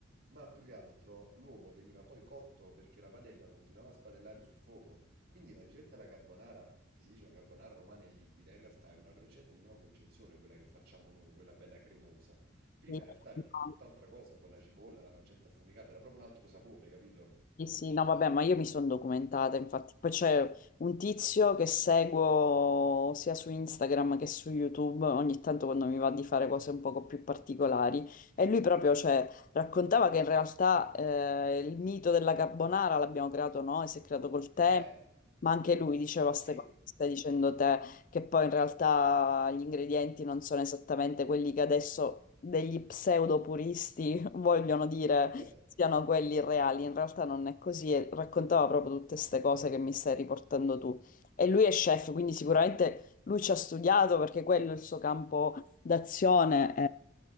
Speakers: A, on the right; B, on the left.
A: Ma più che altro l'uovo veniva poi cotto perché la padella continuava a spadellare sul fuoco. Quindi la ricetta della carbonara, che si dice la carbonara romana è liquida, in realtà è una ricetta di nuova concezione, quella che facciamo noi, quella bella cremosa. Prima
B: Sì.
A: in realtà veniva
B: no.
A: tutt'altra cosa con la cipolla, la pancetta affumicata, era proprio un altro sapore, capito?
B: Sì, sì, no, vabbè, ma io mi sono documentata, infatti. Poi c'è un tizio che seguo sia su Instagram che su YouTube, ogni tanto quando mi va di fare cose un poco più particolari. E lui proprio, cioè, raccontava che in realtà eh, il mito della carbonara l'abbiamo creato noi, si è creato col tempo,
A: Eh,
B: ma anche lui diceva queste
A: sì.
B: cose che stai dicendo te, che poi in realtà gli ingredienti non sono esattamente quelli che adesso degli pseudo puristi <laughs> vogliono dire
A: Eh,
B: siano quelli reali, in realtà non è così e raccontava proprio tutte queste cose che mi stai riportando tu. E lui è chef, quindi sicuramente lui ci ha studiato perché quello è il suo campo d'azione